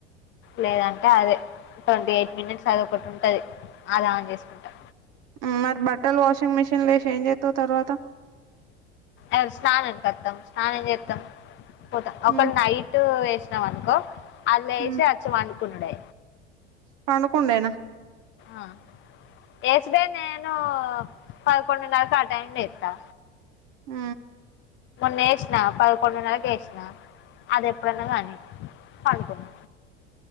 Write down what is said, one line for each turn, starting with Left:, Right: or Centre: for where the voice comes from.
Left: లేదంటే అదే ట్వంటీ ఎయిట్ మినిట్స్ అదొ ఒకటి ఉంటది అది ఆన్ చేసుకుంటా
Right: ఆ మరి బట్టలు వాషింగ్ మిషిన్ లేసి ఏంజ్ అవుతా తర్వాత
Left: ఎ స్నానానికి వత్తం స్నానం చెత్తం పోతాం ఒక
Right: ఉమ్
Left: నైట్ వచ్చినవనుకో అంద్ల
Right: ఉమ్
Left: ఎషి అచ్చి పండుకుండుడే
Right: పండుకుండేనా
Left: ఆ యేసుడే నేను పదకొండున్నరకు ఆ టైమ్ లేత్తా
Right: ఉ
Left: నేసిన పదకొండునరకు ఎష్న అది ఎప్పుడైనా గాని పండుకున్న